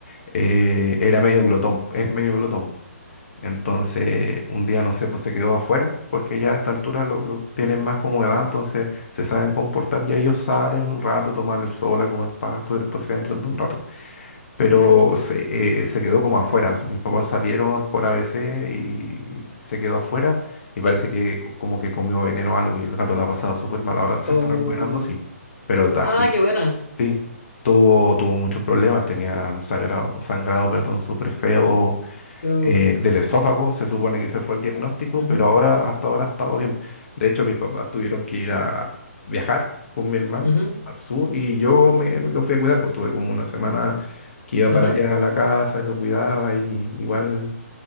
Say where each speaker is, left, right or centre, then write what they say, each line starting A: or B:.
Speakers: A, on the left; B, on the left.
A: eh, era medio glotón, es medio glotón. Entonces, un día, no sé, pues se quedó afuera, porque ya a esta altura lo, lo tienen más como edad, entonces se saben comportar, ya ellos salen un rato, toman el sol, a comer pasto, y después se entran de un rato pero se, eh, se quedó como afuera. Mis papás salieron por ABC y se quedó afuera y parece que co- como que comió veneno o algo y el gato la ha pasado súper mal. Ahora se
B: Oh,
A: está recuperando, sí, pero así,
B: ah,
A: sí.
B: qué buena.
A: sí, Tuvo, tuvo muchos problemas, tenía un sagrado- un sangrado, perdón, súper feo
B: Oh,
A: eh, del esófago, se supone que ese fue el diagnóstico,
B: ujú,
A: pero ahora, hasta ahora ha estado bien. De hecho, mis papás tuvieron que ir a viajar con mi hermano
B: ujú,
A: al sur y yo me, me lo fui a cuidar, pues tuve como una semana que iba
B: ajá.
A: para allá a la casa y lo cuidaba y igual